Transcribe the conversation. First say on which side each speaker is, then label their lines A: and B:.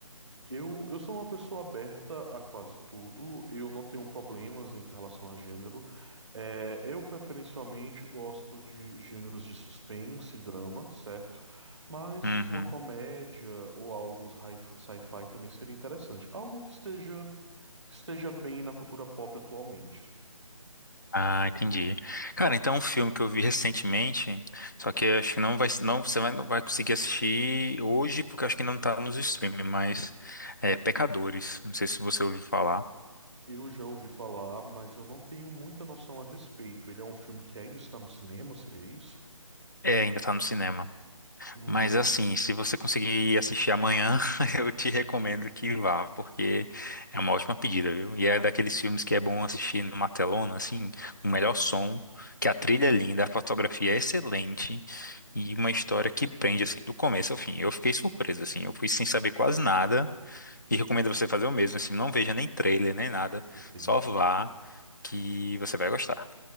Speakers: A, in the centre; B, on the left (about 35°).
A: Eu, eu sou uma pessoa aberta a quase tudo, eu não tenho problemas em relação a gênero. É, eu preferencialmente gosto de gêneros de suspense, drama, certo? Mas
B: Uhum.
A: uma comédia ou algo hi- sci-fi também seria interessante. Algo que esteja, que esteja bem na cultura pop atualmente.
B: Ah, entendi. Cara, então um filme que eu vi recentemente, só que eu acho que não vai, não, você vai- não vai conseguir assistir hoje, porque eu acho que não tá nos streaming, mas é Pecadores. Não sei se você ouviu falar.
A: Eu já ouvi falar, mas eu não tenho muita noção a respeito. Ele é um filme que ainda está no cinema, seria isso?
B: É, ainda tá no cinema.
A: Hum,
B: Mas assim, se você conseguir assistir amanhã, <laughs> eu te recomendo que vá, porque é uma ótima pedida, viu? E é daqueles filmes que é bom assistir numa telona, assim, o
A: uhum,
B: melhor som, que a trilha é linda, a fotografia é excelente e uma história que prende, assim, do começo ao fim. Eu fiquei surpreso, assim, eu fui sem saber quase nada e recomendo você fazer o mesmo, assim, não veja nem trailer, nem nada,
A: entendi.
B: só vá que você vai gostar.